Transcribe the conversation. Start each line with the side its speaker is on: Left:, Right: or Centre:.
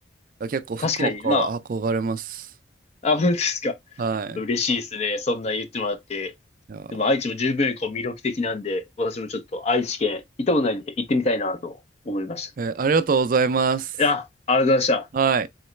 Right: 結構福岡は憧れます。
Left: 確かに。まあ、あ、本当ですか。
Right: はい。
Left: 嬉しいですね。そんな言ってもらって。
Right: いやー、
Left: でも愛知も十分こう魅力的なんで、私もちょっと愛知県行ったことないんで行ってみたいなと思いまし
Right: えーありがとうございます。
Left: た。いや、ありがとうございました。
Right: はい。